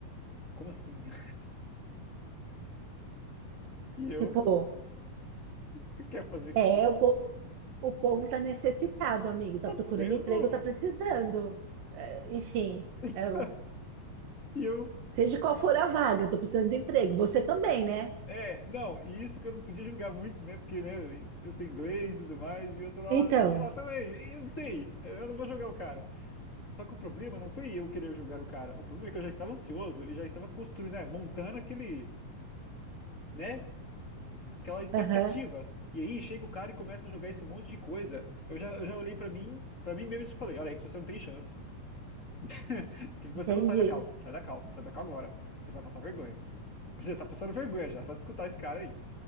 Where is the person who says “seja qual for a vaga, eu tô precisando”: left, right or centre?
Right